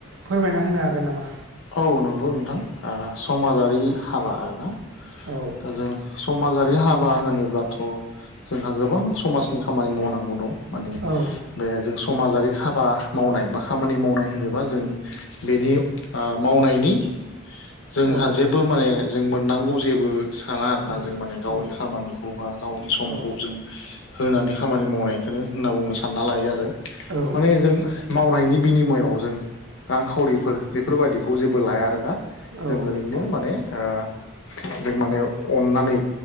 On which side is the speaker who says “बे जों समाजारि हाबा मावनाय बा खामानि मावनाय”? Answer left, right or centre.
Left